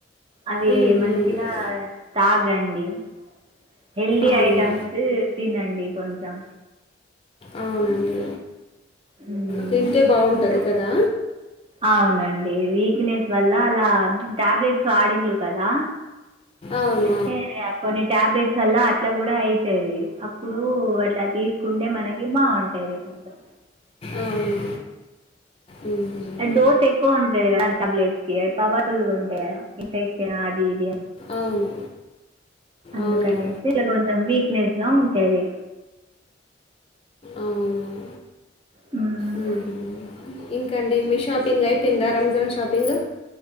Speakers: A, on the right (about 30°); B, on the left (about 30°).
A: అవి
B: ఉమ్,
A: మంచిగా
B: ఉమ్.
A: తాగండి హెల్దీ
B: అవును
A: ఐటమ్స్ తినండి కొంచెం
B: అవునండి
A: హ్మ్.
B: తింటే బాగుంటది
A: ఇంకా?
B: కదా
A: అవునండి వీక్నెస్ వల్ల అలా టాబ్లెట్స్ వాడిన్లు కదా
B: అవును
A: అయితే అ కొన్ని టాబ్లెట్స్ వల్ల అట్లా కూడా అయితది అప్పుడు ఇలా తీసుకుంటే మనకి బాగుంటాది కొంచం
B: అవును అవును మ్మ్.
A: డోస్ ఎక్కువ ఉంటంది కదా టాబ్లెట్స్ కి అవి పవర్ఫుల్గా ఉంటాయి కదా ఇన్ఫెక్షన్ అది ఇ
B: అవును
A: అందుకనేసి
B: అవును
A: ఇలా కొంచెం వీక్నెస్ లా ఉంటాది
B: అవునువును
A: హ్మ్.
B: ఉమ్ హు ఇంకాండి మీ షాపింగ్ అయిపోయిందా రంజాన్ షాపింగ్